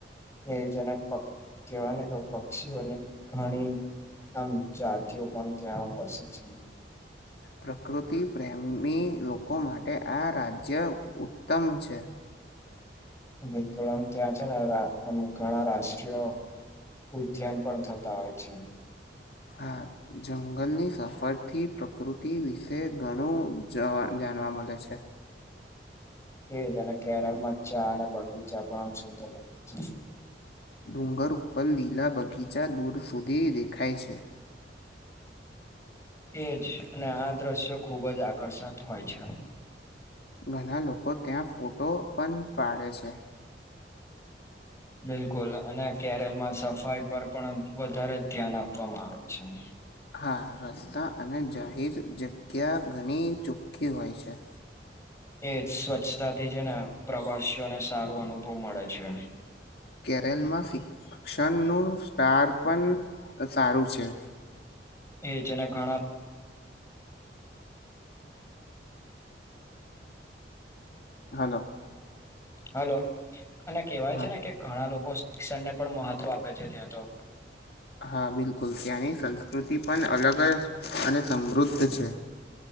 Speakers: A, on the left (about 15°); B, on the left (about 65°).
A: એ જેને પ કહેવાય ને કે પક્ષીઓની ઘણી આમ જાતિઓ પણ ત્યાં વસે છે.
B: પ્રકૃતિ પ્રેમી લોકો માટે આ રાજ્ય ઉત્તમ છે.
A: બિલકુલ ત્યાં છે ને રાષ અમુક ઘણા રાષ્ટ્રીય ઉદ્યાન પણ થતા હોય છે.
B: હા જંગલની સફરથી પ્રકૃતિ વિશે ઘણું જવા જાણવા મળે છે.
A: એ જ અને કેરળમાં ચા અને બગીચા પણ આમ સુંદર લાગે છે.
B: ડુંગર ઉપર લીલા બગીચા દૂર સુધી દેખાય છે.
A: એજ અને આ દ્રશ્યો ખુબ જ આકર્ષક હોય છે.
B: ઘણા લોકો ત્યાં ફોટો પણ પાડે છે.
A: બિલકુલ અને કેરલમાં સફાઈ પર પણ વધારે જ ધ્યાન આપવામાં આવે છે.
B: હા રસ્તા અને જાહેર જગ્યા ઘણી ચોખ્ખી હોય છે.
A: એ સ્વચ્છતા થી છે ને પ્રવાસીઓને સારો અનુભવ મળે છે.
B: કેરલમાં શિક્ષણનું સ્ટાર પણ સારું છે.
A: એજ અને ઘણા
B: હલો.
A: હલો અને કહેવાય
B: હા
A: છે ને કે ઘણા લોકો શિક્ષણને પણ મહત્વ આપે છે ત્યાં તો.
B: હા બિલકુલ ત્યાંની સંસ્કૃતિ પણ અલગ જ અને સમૃદ્ધ છે.